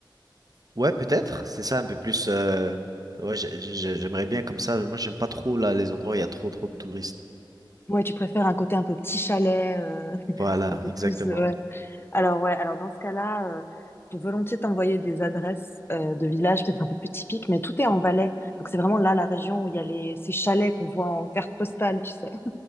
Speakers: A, on the right; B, on the left.
A: Ouais, peut-être. C'est ça, un peu plus. euh, Ouais, j'ai- j'ai- j'aimerais bien comme ça. Moi, j'aime pas trop là les endroits où il y a trop, trop de touristes.
B: Ouais, tu préfères un côté un peu petit chalet, euh, <laughs>
A: Voilà,
B: un peu
A: exactement.
B: plus. Ouais. Alors ouais, alors dans ce cas-là, euh, je peux volontiers t'envoyer des adresses euh, de villages peut-être un peu plus typiques, mais tout est en Valais. Donc c'est vraiment là la région où il y a les ces chalets qu'on voit en carte postale, tu sais.